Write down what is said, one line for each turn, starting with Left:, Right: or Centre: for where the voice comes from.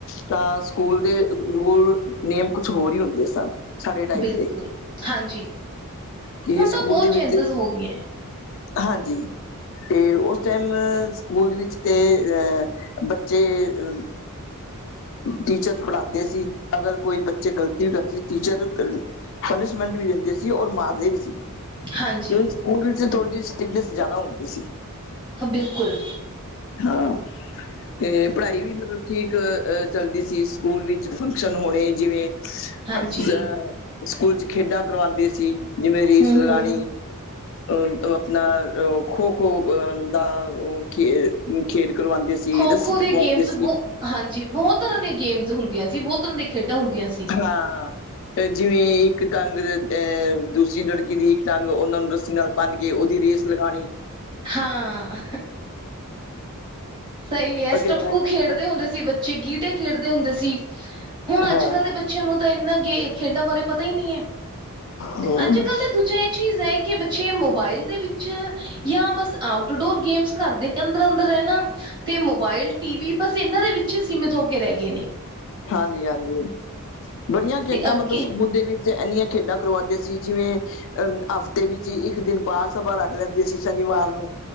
Left: ਤਾਂ ਸਕੂਲ ਦੇ ਰੂਲ ਨੇਮ, ਕੁਛ ਹੋਰ ਹੀ ਹੁੰਦੇ ਸਨ। ਸਾਡੇ ਟਾਈਮ
Right: ਬਿਲਕੁਲ
Left: ਤੇ,
Right: ਹਾਂਜੀ।
Left: ਕੀ
Right: ਹੁਣ ਤਾਂ
Left: ਸਕੂਲ
Right: ਬਹੁਤ
Left: ਦੇ
Right: ਚੇਂਜਿਸ
Left: ਵਿੱਚ
Right: ਹੋ ਗਈਆਂ,
Left: ਹਾਂਜੀ। ਤੇ ਉਸ ਟਾਈਮ, ਸਕੂਲ ਵਿੱਚ ਤੇ ਅਹ ਬੱਚੇ ਅ ਟੀਚਰ ਪੜ੍ਹਾਉਂਦੇ ਸੀ। ਅਗਰ ਕੋਈ ਬੱਚੇ ਗ਼ਲਤੀਆਂ ਕਰਦੇ ਸੀ, ਟੀਚਰ ਪਨਿਸ਼ਮੈਂਟ ਵੀ ਦਿੰਦੇ ਸੀ, ਔਰ ਮਾਰਦੇ ਵੀ ਸੀ।
Right: ਹਾਂਜੀ
Left: ਸਕੂਲ ਵਿੱਚ ਥੋੜੀ ਜਿਹੀ ਸਟਿਕਨੈਸ ਜ਼ਿਆਦਾ ਹੁੰਦੀ ਸੀ
Right: ਬਿਲਕੁਲ।
Left: ਹਾਂ। ਤੇ, ਪੜ੍ਹਾਈ ਵੀ ਮਤਲਬ ਠੀਕ ਅਹ ਚੱਲਦੀ ਸੀ। ਸਕੂਲ ਵਿੱਚ ਫੰਕਸ਼ਨ ਹੋਣੇ ਜਿਵੇਂ
Right: ਹਾਂਜੀ।
Left: 'ਅ ਸਕੂਲ 'ਚ ਖੇਡਾਂ ਕਰਵਾਉਂਦੇ ਸੀ, ਜਿਵੇਂ ਰੇਸ
Right: ਹੂੰ-ਹੂੰ
Left: ਲਗਾਣੀ ਉਹ ਬ ਆਪਣਾ ਖੋ-ਖੋ ਅਹ ਦਾ, ਉਹ ਖੇ ਖੇਡ ਕਰਵਾਉਂਦੇ ਸੀ।
Right: ਖੋ-ਖੋ
Left: ਰੱਸੀ ਟਪਵਾਉਂਦੇ
Right: ਦੀਆਂ ਗੇਮਸ
Left: ਸੀ।
Right: ਬਹੁ ਹਾਂਜੀ, ਬਹੁਤ ਤਰ੍ਹਾਂ ਦੀਆਂ ਗੇਮਸ ਹੁੰਦੀਆਂ ਸੀ। ਬਹੁਤ ਤਰ੍ਹਾਂ ਦੀਆਂ ਖੇਡਾਂ ਹੁੰਦੀਆਂ ਸੀ।
Left: ਹਾਂਾਂ ਜਿਵੇਂ ਇੱਕ ਟੰਗ ਅਹ, ਦੂਸਰੀ ਲੜਕੀ ਦੀ ਇੱਕ ਟੰਗ, ਉਹਨਾਂ ਨੂੰ ਰੱਸੀ ਨਾਲ ਬੰਨ ਕੇ, ਉਹਦੀ ਰੇਸ ਲਗਾਉਣੀ
Right: ਹਾਂ, ਸਹੀ ਹੈ। ਸਟੱਪੂ
Left: ਕਈ ਵਾਰੀ
Right: ਖੇਡ ਹੁੰਦੇ ਸੀ ਬੱਚੇ, ਗੀਟੇ ਖੇਡਦੇ ਹੁੰਦੇ ਸੀ। ਹੁਣ ਅੱਜ
Left: ਹਾਂ
Right: ਕੱਲ੍ਹ ਦੇ ਬੱਚੇ ਬੱਚਿਆਂ ਨੂੰ ਤਾਂ, ਇੰਨਾ ਗੇ ਖੇਡਾਂ ਬਾਰੇ ਪਤਾ ਹੀ ਨਹੀਂ ਹੈ।
Left: ਹਮ
Right: ਅੱਜ ਕੱਲ ਤਾਂ ਦੂਜਾ ਚੀਜ਼ ਹੈ, ਕਿ ਬੱਚੇ ਮੋਬਾਇਲ ਦੇ ਵਿੱਚ ਜਾਂ ਬਸ ਆਊਟਡੋਰ ਗੇਮਸ, ਘਰ ਦੇ ਅੰਦਰ-ਅੰਦਰ ਰਹਿ ਨਾ, ਤੇ ਮੋਬਾਇਲ, ਟੀ ਵੀ ਬਸ ਇਹਨਾਂ ਦੇ ਵਿੱਚ ਹੀ, ਸੀਮਿਤ ਹੋ ਕੇ ਰਹਿ ਗਏ ਨੇ।
Left: ਹਾਂਜੀ ਹਾਂਜੀ, ਬੜੀਆਂ ਖੇਡਾਂ
Right: ਤੇ ਅੱਗੇ
Left: ਮਤਲਬ ਸਕੂਲ ਦੇ ਵਿੱਚ ਇੰਨੀਆਂ ਖੇਡਾਂ ਕਰਵਾਉਂਦੇ ਸੀ। ਜਿਵੇਂ 'ਅ ਹਫ਼ਤੇ ਵਿੱਚ ਹੀ ਇੱਕ ਦਿਨ, ਬਾਾਲ ਸਭਾ ਰੱਖ ਲੈਂਦੇ ਸੀ ਸ਼ਨੀਵਾਰ ਨੂੰ